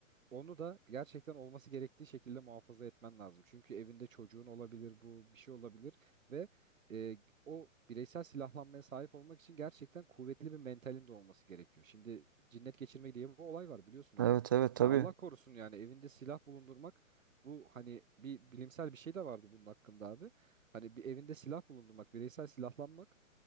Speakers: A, on the right (about 70°); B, on the right (about 15°).
A: Onu da gerçekten olması gerektiği şekilde muhafaza etmen lazım. Çünkü evinde çocuğun olabilir, bu bir şey olabilir ve e, o bireysel silahlanmaya sahip olmak için gerçekten kuvvetli bir mentalin de olması gerekiyor. Şimdi cinnet geçirmek diye bir olay var biliyorsun abi.
B: Evet evet
A: Ya
B: tabii.
A: Allah korusun yani evinde silah bulundurmak bu hani bir bilimsel bir şey de vardı bunun hakkında abi. Hani bir evinde silah bulundurmak, bireysel silahlanmak